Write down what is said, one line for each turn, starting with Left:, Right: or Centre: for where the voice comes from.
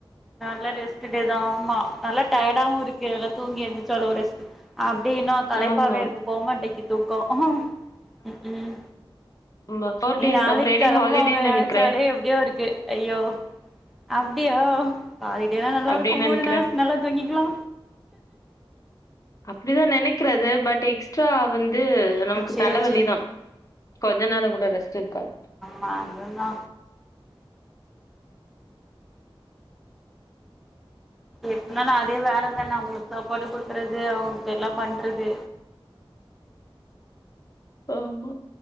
Centre: நல்லா ரெஸ்ட்டு டே தா ஆமா நல்ல டயர்டாவு இருக்கு இதுல தூங்கி எந்துருச்சாளு ரெஸ்ட் அப்டின்னு களைப்பாவே
Left: ஆமா
Centre: இருக்கு போ மாட்டேக்கு தூக்கோ ம்
Left: ஆமா ஃபோர்
Centre: இனி
Left: டேஸ்
Centre: நாளைக்
Left: தான் ஃப்ரைடே
Centre: கெளம்புவாங்க
Left: ஹாலிடேன்னு
Centre: நெனைச்சாலே
Left: நெனைக்கிறேன்
Centre: எப்டியோ இருக்கு அய்யோ அப்டியோ ஹாலிடேலா நல்லாருக்கு
Left: அப்டின்னு நெனைக்கிறேன்
Centre: மூணு நாள்ஸ் நல்லா தூங்கிக்கலா
Left: அப்டி தா நெனைக்றது பட் எக்ஸ்ட்ரா வந்து இது நமக்கு
Centre: சேரி
Left: தலைவலி
Centre: சேரி
Left: தா கொஞ்ச நேரோ கூட ரெஸ்ட் இருக்காது
Centre: மாங்கல்தா எப்டினா அதே வேறதான அவுங்களுக் சாப்பாடு குடுக்குறது அவுங்களுக் எல்லா பண்றது
Left: ஆமா